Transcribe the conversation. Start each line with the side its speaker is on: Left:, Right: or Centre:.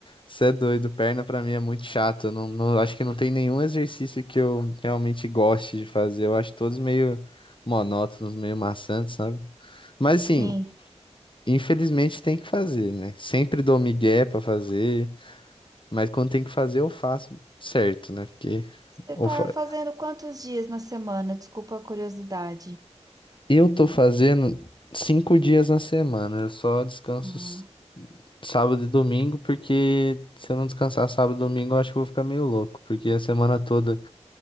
Left: você é doido, perna pra mim é muito chato. Eu não, não- acho que não tem nenhum exercício que eu realmente goste de fazer. Eu acho todos meio monótonos, meio maçantes, sabe? Mas assim,
Right: Sim.
Left: infelizmente tem que fazer, né? Sempre dou migué pra fazer, mas quando tem que fazer eu faço certo, né? Porque
Right: Você tá
Left: eu fa-
Right: fazendo quantos dias na semana? Desculpa a curiosidade.
Left: eu tô fazendo cinco dias na semana. Eu só descanso
Right: Ah,
Left: s- sábado e domingo, porque se eu não descansar sábado e domingo, eu acho que eu vou ficar meio louco, porque a semana toda.